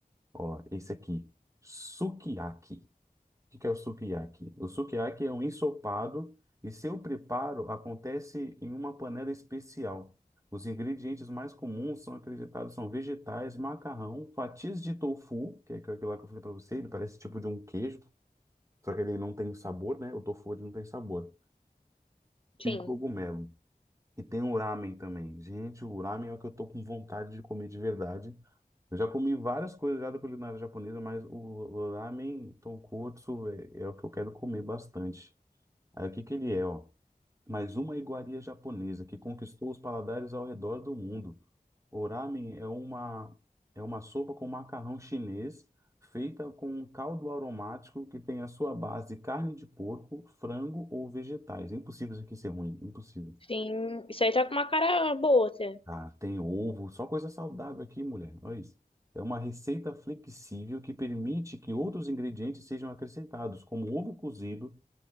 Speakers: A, on the right (about 20°); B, on the left (about 35°).
A: Ó, esse aqui, sukiyaki. O que que é o sukiyaki? O sukiyaki é um ensopado e seu preparo acontece em uma panela especial. Os ingredientes mais comuns são acreditados são vegetais, macarrão, fatias de tofu, que é aquilo lá que eu falei para você, ele parece tipo de um queijo só que ele não tem sabor, né? O tofu ele não tem sabor.
B: Sim,
A: E cogumelo. E tem o ramen também. Gente, o ramen é o que eu tô com vontade de comer de verdade. Eu já comi várias coisas já da culinária japonesa, mas o, o ramen tonkotsu é, é o que eu quero comer bastante. Aí o que que ele é, ó? Mais uma iguaria japonesa que conquistou os paladares ao redor do mundo. O ramen é uma, é uma sopa com macarrão chinês feita com um caldo aromático que tem a sua base de carne de porco, frango ou vegetais. É impossível isso aqui ser ruim, impossível.
B: sim. Isso aí tá com uma cara boa até.
A: Ah, tem ovo, só coisa saudável aqui, mulher. Olha isso. É uma receita flexível que permite que outros ingredientes sejam acrescentados, como ovo cozido,